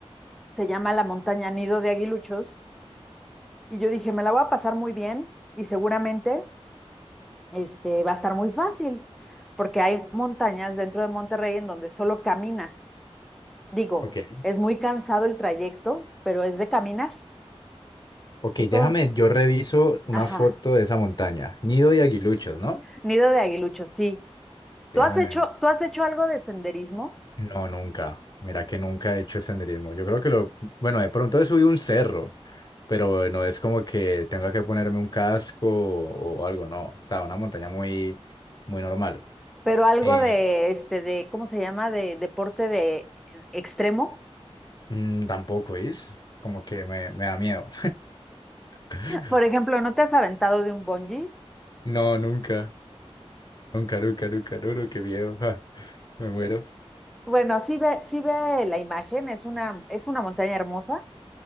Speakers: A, in the centre; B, on the left.
A: Se llama la montaña Nido de Aguiluchos Y yo dije, me la voy a pasar muy bien y seguramente este, va a estar muy fácil, porque hay montañas dentro de Monterrey en donde solo caminas. Digo,
B: Ok.
A: es muy cansado el trayecto, pero es de caminar.
B: Ok,
A: Entonces,
B: déjame, yo reviso una
A: ajá,
B: foto de esa montaña. Nido de aguiluchos, ¿no?
A: nido de aguilucho, sí. ¿Tú
B: Déjame
A: has hecho, tú has hecho algo de senderismo,
B: No, nunca. Mira que nunca he hecho senderismo. Yo creo que lo, bueno, de pronto he subido un cerro, pero no es como que tenga que ponerme un casco o, o algo, no. O sea, una montaña muy, muy normal.
A: pero algo
B: Eh,
A: de, este, de, ¿cómo se llama? De deporte de extremo.
B: mm, tampoco es, como que me, me da miedo. <laughs>
A: Por ejemplo, ¿no te has aventado de un bungee?
B: No, nunca, nunca, nunca, nunca, no, no, qué miedo. ja, me muero.
A: Bueno, sí ve, sí ve la imagen, es una, es una montaña hermosa,